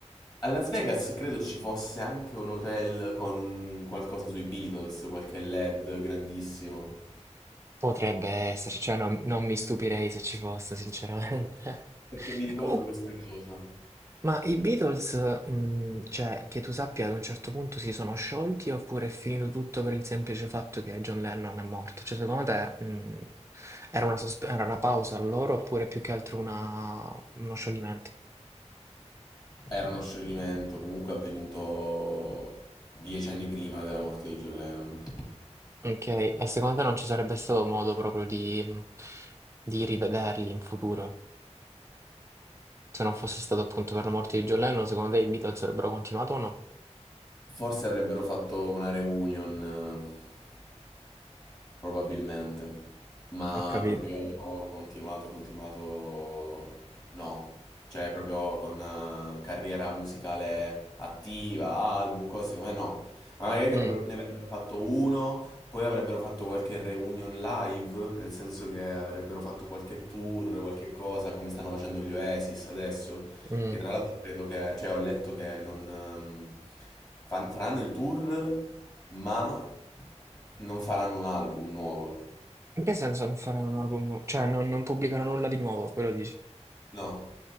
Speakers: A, on the left (about 35°); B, on the right (about 25°).
A: A Las Vegas credo ci fosse anche un hotel con un qualcosa sui Beatles, qualche LED grandissimo.
B: Potrebbe esserci, cioè non, non mi stupirei se ci fosse, sinceramente.
A: Perché
B: <laughs>
A: mi ricordo
B: Comunque.
A: questa cosa.
B: Ma i Beatles, mhmm, cioè, che tu sappia, ad un certo punto si sono sciolti oppure è finito tutto per il semplice fatto che John Lennon è morto? Cioè, secondo te, mhmm, era una sosp era una pausa a loro oppure più che altro una uno scioglimento?
A: Era uno scioglimento comunque avvenuto dieci anni prima della morte di John Lennon.
B: Okay, e secondo te non ci sarebbe stato modo proprio di mhmm, di rivederli in futuro? Se non fosse stato appunto per la morte di John Lennon, secondo te i Beatles avrebbero continuato o no?
A: Forse avrebbero fatto una reunion, eh, probabilmente, ma
B: Ho capito.
A: proprio continuato, continuato, no, cioè proprio con eh, carriera musicale attiva, album, cose come no. Ma magari ne
B: Mh,
A: avrebbero ne avrebbero fatto uno, poi avrebbero fatto qualche reunion live, nel senso che avrebbero fatto qualche tour, qualche cosa, come stanno facendo gli Oasis adesso.
B: mh.
A: Che tra l'altro credo che, cioè ho letto che non ehm, fan- faranno il tour, ma non faranno un album nuovo.
B: In che senso non fare un album nu cioè non non pubblicare nulla di nuovo, quello dici?
A: No,